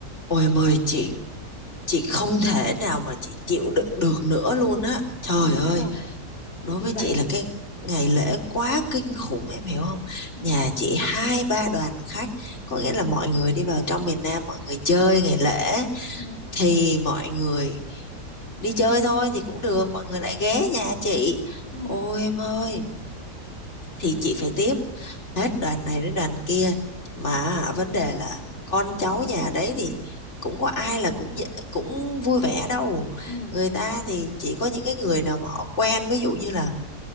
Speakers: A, on the left; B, on the left.
A: Ôi mời chị chị không thể nào mà chị chịu đựng được nữa luôn á. Trời
B: Làm sao?
A: ơi,
B: Vụ
A: đối
B: gì
A: với
B: vậy?
A: chị là cái ngày lễ quá kinh khủng em hiểu không?
B: ừ
A: Nhà chị hai ba đoàn khách, có nghĩa là mọi người đi vào trong miền Nam mọi người chơi ngày lễ
B: ừ
A: thì mọi người đi chơi thôi thì cũng được, mọi người lại ghé nhà chị.
B: ừ
A: Ôi em ơi, thì chị phải tiếp hết đoàn này đến đoàn kia mà vấn đề là con cháu nhà đấy thì cũng có ai là cũng dễ- cũng vui vẻ đâu
B: ừ
A: người ta thì chỉ có những cái người nào mà họ quen ví dụ như là